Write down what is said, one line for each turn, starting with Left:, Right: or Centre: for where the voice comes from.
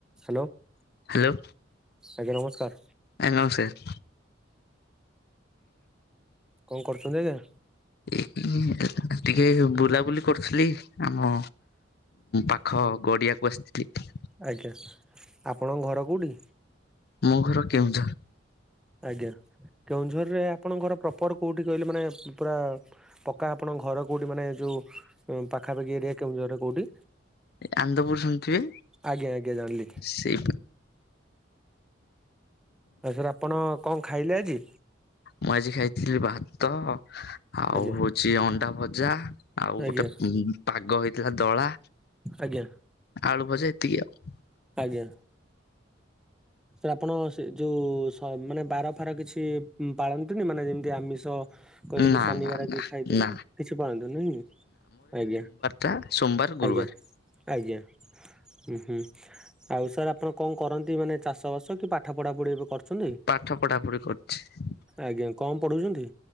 Centre: Hello
Left: hello
Centre: ଆଜ୍ଞା ନମସ୍କାର
Left: ଆଜ୍ଞା ନମସ୍କାର।
Centre: କଣ କରୁଛନ୍ତି ଆଜ୍ଞା?
Left: ଏ ଟିକେ ବୁଲାବୁଲି କରୁଥିଲି ଆମ ପାଖ ଖ ଗଡିଆକୁ ଆସିଥିଲି
Centre: ଆଜ୍ଞା ଆପଣଙ୍କ ଘର କେଉଁଠି?
Left: ମୋ ଘର କେଉଁଝର।
Centre: ଆଜ୍ଞା କେଉଁଝରରେ ଆପଣଙ୍କର ପ୍ରପର କୋଉଠି କହିଲେ ମାନେ ପୁରା ପକ୍କା ଆପଣଙ୍କ ଘର କୋଉଠି ମାନେ ଯୋଉ ପାଖାପାଖି ଏରିଆ କେଉଁଝର ରେ କୋଉଠି?
Left: ଆନ୍ଦପୁର ଶୁଣିଥିବେ
Centre: ଆଜ୍ଞା ଆଜ୍ଞା ଜାଣିଲି।
Left: ସେଇ
Centre: ଆ ସାରେ ଆପଣ କଣ ଖାଇଲେ ଆଜି?
Left: ମୁଁ ଆଜି ଖାଇଥିଲି ଭାତ। ଆଉ
Centre: ଆଜ୍ଞା
Left: ହଉଛି ଅଣ୍ଡା ଭଜା ଆଉ
Centre: ଆଜ୍ଞା
Left: ଗୋଟେ ପାଗ ହେଇଥିଲା ଦଳା
Centre: ଆଜ୍ଞା
Left: ଆଳୁ ଭଜା ଏତିକି ଆଉ।
Centre: ଆଜ୍ଞା ସାର୍ ଆପଣ ଶ୍ ଯୋ ଯୋଉ ହ ମାନେ ବାର ଫାର କିଛି ପାଳନ୍ତିନି ମାନେ ଯେମିତି ଆମିଷ କହିଲେ
Left: ନା
Centre: କି ଶନିବାର
Left: ନା
Centre: ଆଜି
Left: ନା
Centre: ଖାଇଦେଲେ
Left: ନା
Centre: କିଛି ପାଳନ୍ତୀନି ନା ଆଜ୍ଞା
Left: ତା ସୋମବାର ଗୁରୁବାର
Centre: ଆଜ୍ଞା ଆଜ୍ଞା ହୁଁ ହୁ ଆଉ ସାର୍ ଆପଣ କଣ କରନ୍ତି ମାନେ? ଚାଷବାସ କି ପାଠ ପଢ଼ାପଢ଼ି ଏବେ କରୁଛନ୍ତି
Left: ପାଠ ପଢା ପଢି କରୁଛି
Centre: ଆଜ୍ଞା କଣ ପଢ଼ୁଛନ୍ତି?